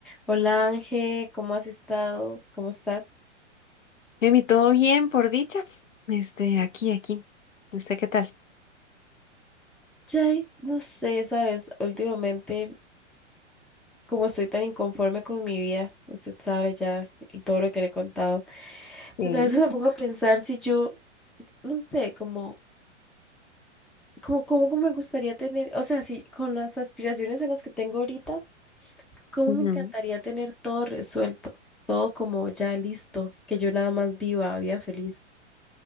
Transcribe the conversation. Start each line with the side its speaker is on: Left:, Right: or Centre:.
Centre: Hola Ángel, ¿cómo has estado? ¿Cómo estás?
Left: Emi, todo bien, por dicha. Este, aquí, aquí. ¿Usted qué tal?
Centre: Chay, no sé, sabes, últimamente como estoy tan inconforme con mi vida, usted sabe ya todo lo que le he contado,
Left: Sí.
Centre: pues a veces me pongo a pensar si yo, no sé, como, como, cómo me gustaría tener, o sea, si con las aspiraciones en las que tengo ahorita, cómo
Left: Ujú.
Centre: me encantaría tener todo resuelto, todo como ya listo, que yo nada más viva, vida feliz.